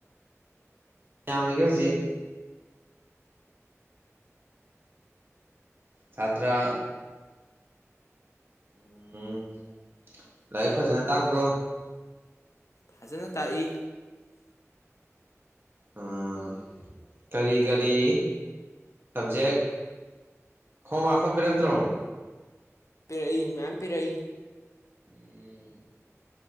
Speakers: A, on the right (about 45°); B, on the left (about 70°).
A: ꯌꯥꯝꯃꯤꯒ ꯍꯧꯖꯤꯛ <unintelligible> ꯁꯥꯇ꯭ꯔ ꯎꯝ ꯂꯥꯏꯔꯤꯛ ꯐꯖꯅ ꯇꯥꯛꯄ꯭ꯔꯣ
B: ꯐꯖꯅ ꯇꯥꯛꯏ
A: ꯑꯥ ꯀꯔꯤ ꯀꯔꯤ ꯁꯕꯖꯦꯛ ꯈꯣꯡ ꯋꯥꯛꯀ ꯄꯤꯔꯛꯇ꯭ꯔꯣ
B: ꯄꯤꯔꯛꯏ ꯃꯌꯥꯝ ꯄꯤꯔꯛꯏ
A: ꯎꯝ